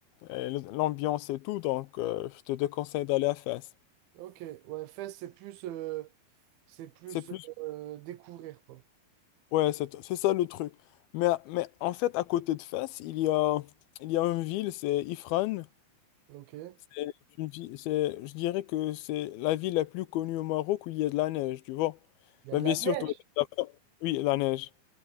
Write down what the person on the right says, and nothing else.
Ok. Ouais, Fès, c'est plus, euh, c'est plus
euh, découvrir, quoi.
Ok. Il
y a
de
la
neige.